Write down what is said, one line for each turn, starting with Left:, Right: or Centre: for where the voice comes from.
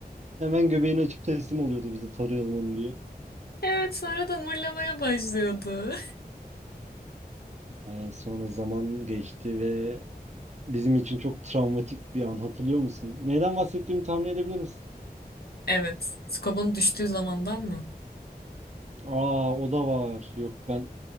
Right: Hemen göbeğini açıp teslim oluyordu bize tarayalım onu diye.
Left: Evet sonra da mırlamaya başlıyordu.
Right: E, sonra zaman geçti ve bizim için çok travmatik bir an hatırlıyor musun? Neyden bahsettiğimi tahmin edebilir misin?
Left: <laughs> Evet. Skobun düştüğü zamandan mı?
Right: Aa o da var. Yok ben